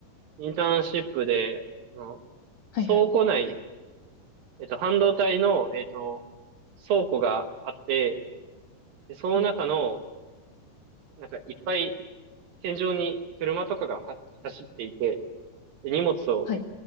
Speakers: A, on the right; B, on the left.
A: インターンシップで、あの、
B: はいはい。
A: 倉庫内、えっと、半導体の、えっと、倉庫があって、で、その中の、
B: うん
A: なんかいっぱい天井に車とかがは走っていて、で荷物を
B: はい。